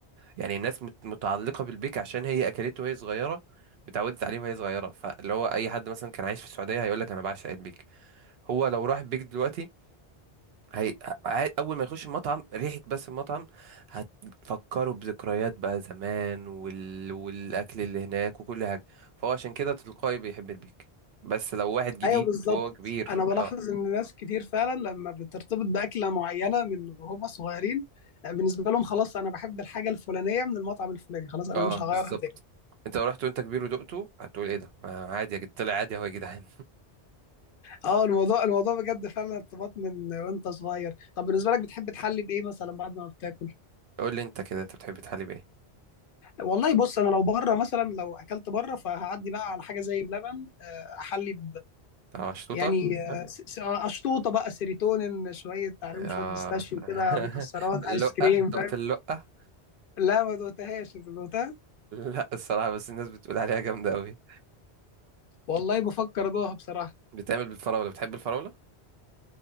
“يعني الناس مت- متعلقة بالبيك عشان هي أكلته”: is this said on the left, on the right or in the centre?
Right